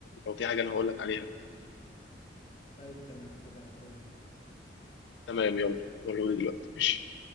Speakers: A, on the left; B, on the left.
A: لو في حاجه انا هقول لك عليها
B: طيب تمام هبعتهولك
A: تمام يلا وريه لي دلوقتي ماشي